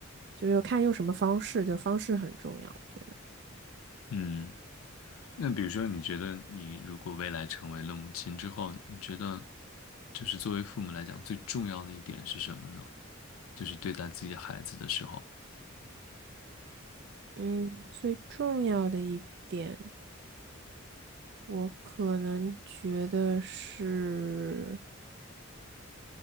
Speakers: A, on the right (about 55°); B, on the left (about 80°).
A: 就是要看用什么方式，就方式很重要，我觉得。
B: 嗯。那比如说，你觉得你如果未来成为了母亲之后，你觉得就是作为父母来讲，最重要的一点是什么呢？就是对待自己孩子的时候，
A: 嗯，最重要的一点，我可能觉得是